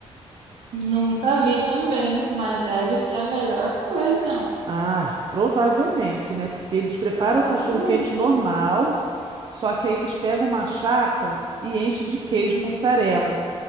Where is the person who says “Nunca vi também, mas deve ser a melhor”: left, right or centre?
Right